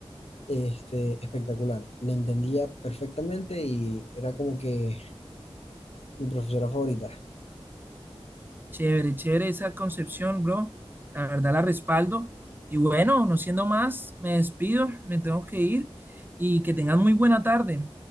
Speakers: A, on the left; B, on the right.
A: este, espectacular. Le entendía perfectamente y era como que mi profesora favorita.
B: Chévere, chévere esa concepción, bro. La verdad la respaldo. Y bueno, no siendo más, me despido, me tengo que ir y que tengan muy buena tarde.